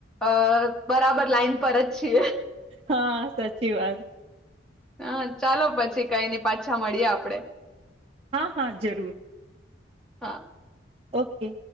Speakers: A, in the centre; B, on the right.
A: અ બરાબર લાઈન પર જ છીએ.
B: હા. સાચી વાત.
A: હા. ચાલો પછી કઈ નઈ પાછા મળીએ આપડે.
B: હા. હા. જરૂર.
A: હા.
B: ઓકે.